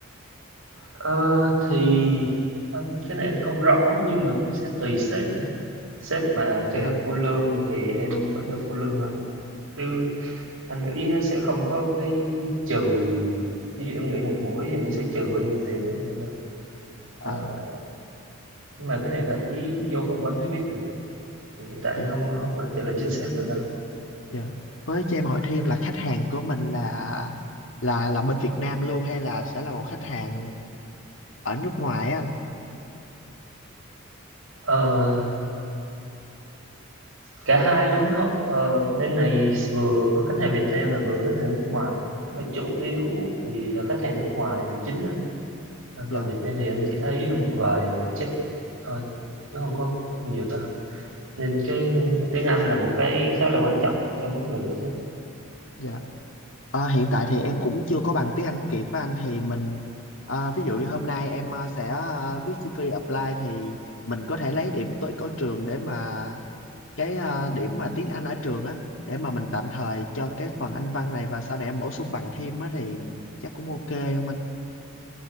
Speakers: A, on the right; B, on the left.
A: Ờ, thì anh cái này anh không rõ nhưng mà cái sẽ tùy sếp à. sếp mà cho
B: Dạ,
A: em full lương thì em vẫn được full lương thôi chứ anh nghĩ nó sẽ không có cái trừ ví dụ em nghỉ một buổi thì nó sẽ trừ bao nhiêu tiền đó mà đâu
B: à,
A: Ờ, nhưng mà cái này phải vô phỏng vấn mới biết được thì hiện tại anh
B: dạ,
A: không không có trả lời chính xác được đâu
B: dạ. Với cho em hỏi thêm là khách hàng của mình là là là bên Việt Nam luôn hay là sẽ là một khách hàng ở nước ngoài á anh?
A: Ờ, cả hai luôn hậu ờ, bên này vừa có khách hàng Việt Nam và vừa có khách hàng nước ngoài mà chủ yếu thì là khách hàng nước ngoài là chính á. À,
B: Dạ,
A: còn Việt Nam thì anh chỉ thấy một vài project thôi chứ không có nhiều đâu nên cái tiếng Anh là một cái khá là quan trọng trong lúc làm việc đó
B: dạ. À, hiện tại thì em cũng chưa có bằng tiếng Anh kịp á anh thì mình à, ví dụ như hôm nay em à, sẽ à, viết CV apply thì mình có thể lấy điểm tối ở trường để mà cái à, điểm mà tiếng Anh ở trường á để mà mình tạm thời cho cái phần Anh văn này và sau này em bổ sung bằng thêm á thì chắc cũng ok không anh?